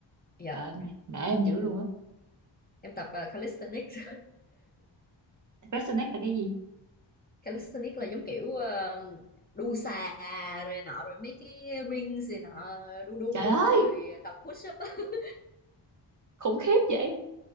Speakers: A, on the left; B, on the right.
A: dạ
B: Trời ơi, nể em dữ luôn á.
A: em tập ờ, calisthenics
B: Resonate là cái gì?
A: <laughs> calisthenics là giống kiểu ờ, đu xà rồi nọ rồi mấy cái rings rồi nọ đu đu
B: Trời
A: đu
B: ơi,
A: rồi tập push up á. <laughs>
B: khủng khiếp vậy.